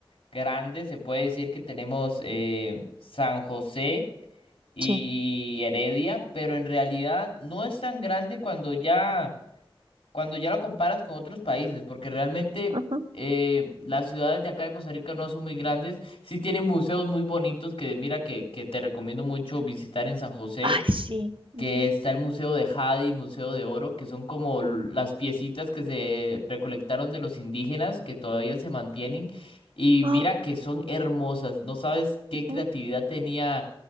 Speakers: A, on the left; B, on the right.
A: grande se puede decir que tenemos eh, San José y
B: Sí.
A: Heredia, pero en realidad no es tan grande cuando ya, cuando ya lo comparas con otros países, porque realmente
B: ujú.
A: eh, las ciudades de acá de Costa Rica no son muy grandes, sí tienen museos muy bonitos que mira que, que te recomiendo mucho visitar en San José
B: Ay, sí. ujú.
A: que está el Museo de Jade y Museo de Oro, que son como l- las piecitas que se recolectaron de los indígenas que todavía se mantienen. Y
B: Ah,
A: mira que son hermosas, no sabes qué
B: ujú.
A: creatividad tenía